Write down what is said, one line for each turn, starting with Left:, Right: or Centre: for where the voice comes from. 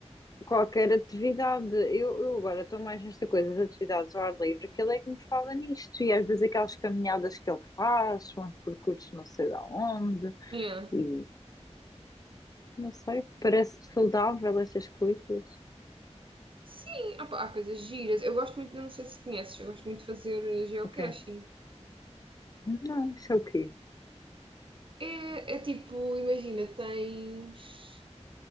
Left: qualquer atividade, eu, eu agora estou mais nesta coisa, as atividades ao ar livre, que ele é que me fala nisto, e às vezes aquelas caminhadas que ele faz, uns percursos não sei de onde,
Right: Yeah.
Left: E não sei, parece saudável estas coisas.
Right: Sim, ah pá, há coisas giras. Eu gosto muito, não sei se conheces, eu gosto muito de fazer eh, geocaching.
Left: Ok. Não, isso é o quê?
Right: É, é tipo, imagina, tens.